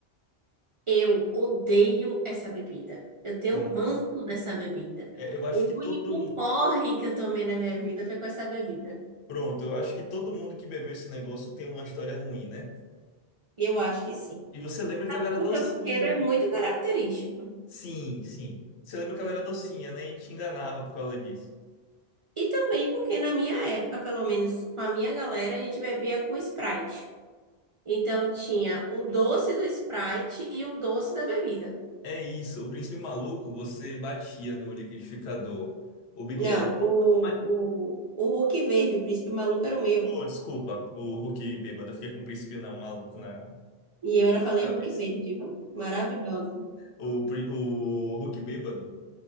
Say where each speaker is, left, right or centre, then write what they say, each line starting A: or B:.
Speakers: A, on the right (about 40°); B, on the left (about 80°).
A: Eu odeio essa bebida. Eu tenho
B: Pronto.
A: ranço dessa bebida.
B: É, eu acho
A: O
B: que todo,
A: único
B: mu-
A: porre que eu tomei na minha vida foi com essa bebida.
B: pronto, eu acho que todo mundo que bebeu esse negócio tem uma história ruim, né?
A: Eu acho que sim.
B: E você lembra que ela era
A: Porque
B: docinha?
A: o cheiro é muito característico.
B: Sim, sim. Você lembra que ela era docinha, né? E te enganava por causa disso.
A: E também porque na minha época, pelo menos com a minha galera, a gente bebia com Sprite. Então tinha o doce do Sprite e o doce da bebida.
B: É isso, o príncipe maluco, você batia no liquidificador. O Big
A: Não,
B: Apple.
A: o, o, o Hulk verde, o príncipe maluco era o meu.
B: Oh, desculpa, o Hulk bêbado. Eu fiquei com o príncipe não, maluco na, na
A: E eu ainda falei
B: cabeça.
A: Hulk verde, viu? Maravilhoso.
B: O, pri- o Hulk bêbado,